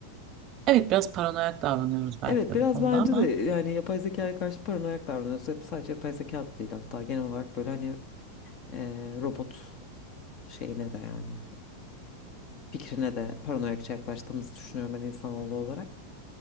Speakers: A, on the right (about 35°); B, on the left (about 40°).
A: Evet biraz paranoyak davranıyoruz belki
B: Evet
A: de
B: biraz
A: bu konuda
B: bence
A: ama.
B: de yani yapay zekaya karşı paranoyak davranıyoruz. Yap- Sadece yapay zeka da değil hatta genel olarak böyle hani e, robot şeyine de yani. fikrine de paranoyakça yaklaştığımızı düşünüyorum ben insanoğlu olarak.